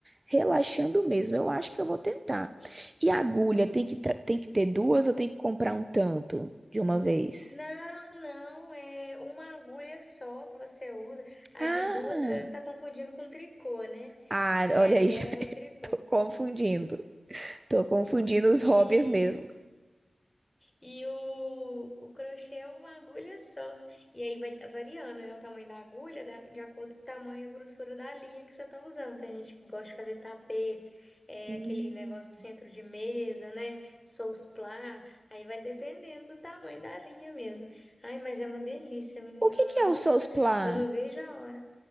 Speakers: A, on the right; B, on the left.
A: relaxando mesmo. Eu acho que eu vou tentar. E a agulha tem que, tra- tem que ter duas ou tem que comprar um tanto? de uma vez.
B: Não, não, é uma agulha só que você usa. A
A: Ah,
B: de duas você deve estar confundindo com tricô, né?
A: ah,
B: É,
A: olha
B: aí
A: aí, <laughs> já
B: é o tricô.
A: tô confundindo. Tô confundindo os
B: E,
A: hobbies mesmo.
B: e o, o crochê é uma agulha só. E aí vai variando, né, o tamanho da agulha da- de acordo com o tamanho e a grossura da linha que você tá usando. Tem gente que gosta de fazer tapetes, é,
A: Hum.
B: aquele negócio centro de mesa, né? Sousplá. Aí vai dependendo do tamanho da linha mesmo. Ai, mas é uma delícia, menina.
A: O que
B: Nossa,
A: que é o Soulsplan?
B: eu não vejo a hora.